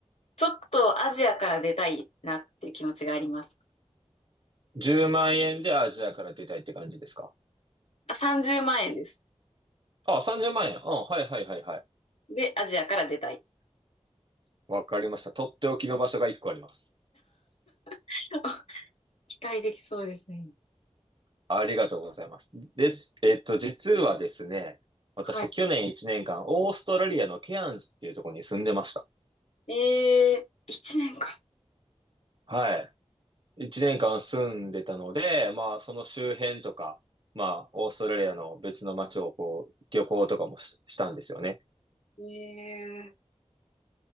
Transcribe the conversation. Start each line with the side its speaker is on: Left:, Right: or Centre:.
Left: ちょっとアジアから出たいなっていう気持ちがあります。
Right: 10万円でアジアから出たいって感じですか
Left: あ、30万円です。
Right: あ、30万円。あ、はいはいはいはい。
Left: で、アジアから出たい。
Right: わかりました。とっておきの場所が1個あります。
Left: <laughs> 期待できそうですね。
Right: ありがとうございます。です。えっと、実はですね、私去年1年間、
Left: は
Right: オーストラリアのケアンズっていうところに住んでました。
Left: い。えー、1年か。
Right: はい。一年間住んでたので、まあ、その周辺とか、まあ、オーストラリアの別の街をこう、旅行とかもし、したんですよね。
Left: えー、